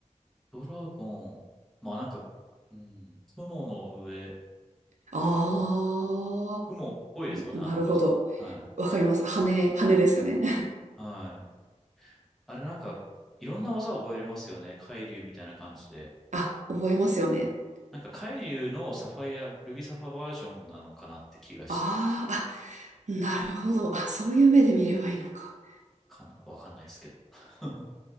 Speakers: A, in the centre; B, on the right (about 70°).
A: ドラゴン。まあなんか、うん、雲の上、
B: あ
A: 雲っぽいですもんね、
B: あ、んなるほど。
A: あの子じ。はい。
B: わかります。羽、羽ですよね。
A: はい。あれなんか、いろんな技を覚えれますよね。海竜みたいな感じで。
B: <laughs> あ、覚えますよね。
A: なんか海竜のサファイア、ルビーサファバージョンなのかなって気がしてるんですよね。
B: ああ、あ、なるほど。あ、そういう目で見ればいいのか。
A: かなわかんないですけど。<laughs>